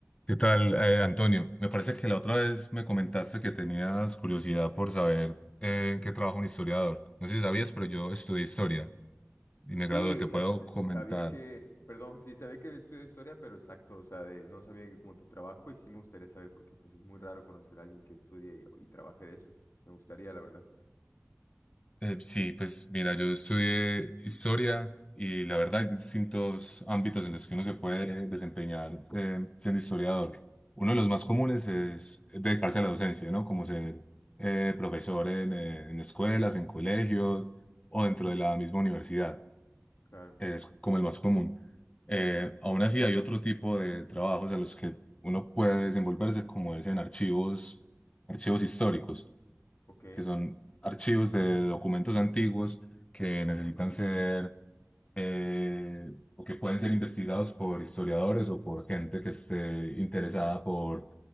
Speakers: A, on the left (about 25°); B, on the left (about 70°).
A: ¿Qué tal, eh, Antonio? Me parece que la otra vez me comentaste que tenías curiosidad por saber eh, en qué trabaja un historiador. No sé si sabías, pero yo estudié historia y
B: Sí,
A: me gradué. ¿Te
B: sa-
A: puedo
B: sa-
A: comentar?
B: sabía que, perdón, sí, sabía que estudió historia, pero exacto, o sea, de, no sabía que como tu trabajo y sí me gustaría saber porque pues es muy raro conocer a alguien que estudie y, y trabaje de eso. Me gustaría, la verdad.
A: Eh, sí, pues mira, yo estudié historia y la verdad hay distintos ámbitos en los que uno se puede desempeñar eh, siendo historiador. Uno de los más comunes es dedicarse a la docencia, ¿no? Como ser eh, profesor en eh, en escuelas, en colegios o dentro de la
B: Sí.
A: misma universidad.
B: Claro,
A: es como el más común. Eh, aún así hay otro tipo de trabajos a los que uno puede desenvolverse, como es en archivos, archivos históricos,
B: ok.
A: que son archivos de documentos antiguos que necesitan ser eh, o que pueden ser investigados por historiadores o por gente que esté interesada por,